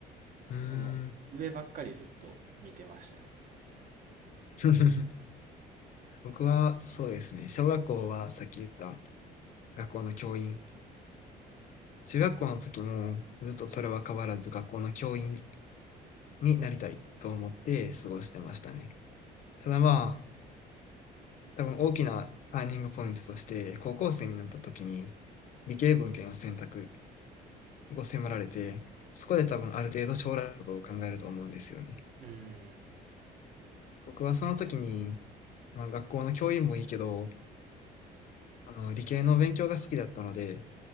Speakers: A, on the left (about 50°); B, on the right (about 50°).
A: うー
B: その、
A: ん。
B: 上ばっかりずっと見てましたね。
A: <laughs> 僕は、そうですね。小学校はさっき言った学校の教員。中学校の時もずっとそれは変わらず学校の教員になりたいと思って過ごしてましたね。ただまあ、多分大きなターニングポイントとして、高校生になった時に理系文献を選択を迫られて、そこで多分ある程度将来のことを考えると思うんですよね。
B: うん、
A: 僕はその時に、まあ、学校の教員もいいけど、あの、理系の勉強が好きだったので、